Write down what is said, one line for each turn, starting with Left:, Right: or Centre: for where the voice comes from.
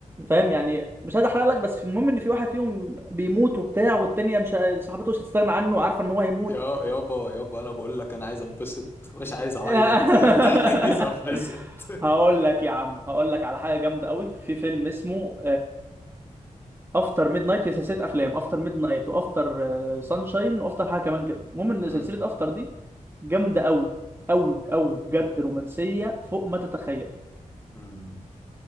Right: فاهم يعني مش عايز احرق لك بس في المهم ان في واحد فيهم بيموت وبتاع والتانيه مش ه- صاحبته مش هتستغنى عنه وعارفه ان هو هيموت
Left: يا يابا يابا انا بقول لك انا عايز انبسط مش عايز اعيط
Right: <laughs>
Left: <laughs> انا عايز انبسط
Right: هقول لك يا عم هقول لك على حاجه جامده قوي في فيلم اسمه افتر ميد نايت هي سلسله افلام افتر ميد نايت وافتر سانشاين وافتر حاجه كمان كده المهم ان
Left: مم.
Right: سلسله افتر دي جامده قوي قوي قوي بجد رومانسيه فوق ما تتخيل
Left: مم.